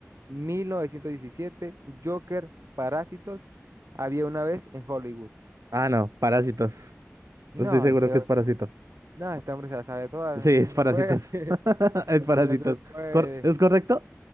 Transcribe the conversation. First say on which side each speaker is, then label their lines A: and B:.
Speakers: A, on the right; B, on the right.
A: mil novecientos diecisiete. Joker, Parásitos, Había una vez en Hollywood.
B: Ah, no, parásitos.
A: No,
B: Estoy seguro
A: este,
B: que es parásito.
A: no, este hombre se la sabe todas,
B: Sí,
A: así
B: es
A: no se
B: parásitos.
A: puede, <laughs> así,
B: <laughs> Es
A: así
B: parásitos.
A: no se puede.
B: Cor- ¿es correcto?